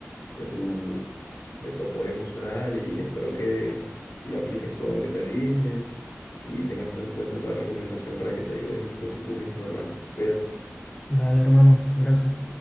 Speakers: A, on the left; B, on the left.
A: de tu, de tu apoyo emocional y espero que sí apliques todo lo que te dije y tengas todo en cuenta toda recomendación para que te ayudes incluso tú mismo, hermano. Cuídate.
B: Dale, hermano, gracias.